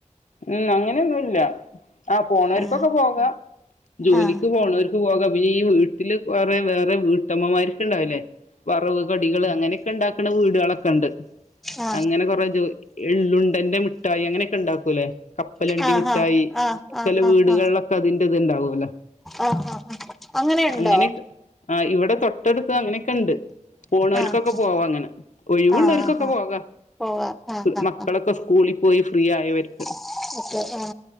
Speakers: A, on the left (about 80°); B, in the centre.
A: ഉം അങ്ങനെയൊന്നുഇല്ല ആ പോണവരിക്കൊക്കെ
B: ആഹ്
A: പോകാം ജോലിക്ക്
B: ആഹ്
A: പോണവര് പോകാം വീ ഈ വീട്ടില് കുറെ വേറെ വീട്ടമ്മമാരൊക്കെ ഉണ്ടാവില്ലേ വറവ് കടികള് അങ്ങനെയൊക്കെ ഇണ്ടാക്കണ വീടുകളൊക്കെ ഉണ്ട്
B: ആഹ്
A: അങ്ങനെ കൊറേ ജോ എള്ളുണ്ടൻന്റെ മിഠായി അങ്ങനെയൊക്കെ ഉണ്ടാക്കൂല്ലേ കപ്പലണ്ടി
B: ആഹ്
A: മുട്ടായി
B: ആഹ് ആഹ് ആഹ്
A: ചില
B: ആഹ്
A: വീടുകളിലൊക്കെ അതിന്റെറ ഇത് ഇണ്ടാവുല്ലോ
B: ആഹ് ആഹ് ആഹ് അങ്ങനെയുണ്ടോ
A: അങ്ങനെക്കെ ആ ഇവിടെ തൊട്ടടുത്ത് അങ്ങനെക്കെ ഇണ്ട് പോണവർക്കൊക്കെ
B: ആഹ്
A: പോവാ അങ്ങനെ ഒഴിവുള്ളവർക്കൊക്കെ
B: ആഹ് ആഹ് ആഹ്
A: പോക
B: പോകാം ആഹ്
A: ഫ്
B: ആഹ്
A: മക്കളൊക്കെ സ്കൂളിൽ പോയി ഫ്രീ ആയവരും
B: <unintelligible> ആ